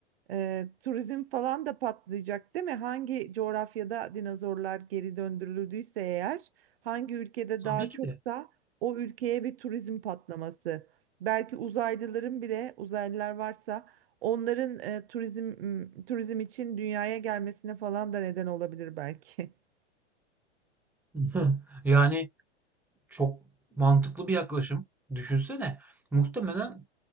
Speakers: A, on the right; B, in the centre.
A: e, turizm falan da patlayacak değil mi? Hangi coğrafyada dinozorlar geri döndürüldüyse eğer hangi ülkede
B: Tabii
A: daha
B: ki
A: çoksa
B: de.
A: o ülkeye bir turizm patlaması. Belki uzaylıların bile uzaylılar varsa onların e, turizm m, turizm için dünyaya gelmesine falan da neden olabilir belki. <laughs>
B: <laughs> Yani çok mantıklı bir yaklaşım. Düşünsene, muhtemelen